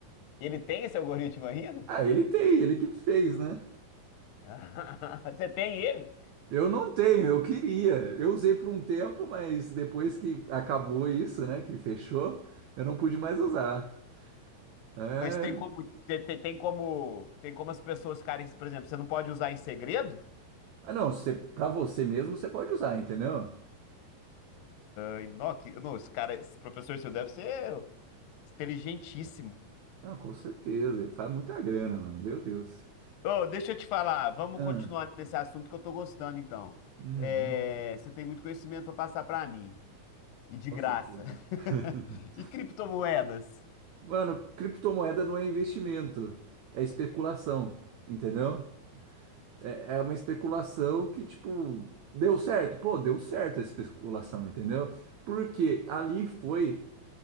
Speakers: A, on the left; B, on the right.
A: ele tem esse algoritmo ainda?
B: Ah, ele tem, ele que fez, né?
A: <laughs> Você tem ele?
B: Eu não tenho, eu queria. Eu usei por um tempo, mas depois que acabou isso, né, que fechou, eu não pude mais usar. É...
A: Mas tem como, te- te- tem, como, tem como as pessoas ficarem, por exemplo, você não pode usar em segredo?
B: Ah, não, você, pra você mesmo você pode usar, entendeu?
A: Ai, não, que- não, esse cara, esse professor seu deve ser inteligentíssimo.
B: Ah, com certeza, faz muita grana, mano, meu Deus.
A: Ô, deixa eu te falar, vamos
B: Ah.
A: continuar nesse assunto que eu tô gostando, então.
B: Uhum,
A: É, você tem muito conhecimento pra passar pra mim, e de
B: com
A: graça.
B: certeza. <laughs>
A: <laughs> E criptomoedas?
B: Mano, criptomoeda não é investimento, é especulação, entendeu? É, é uma especulação que, tipo, deu certo. Pô, deu certo essa especulação, entendeu? Porque ali foi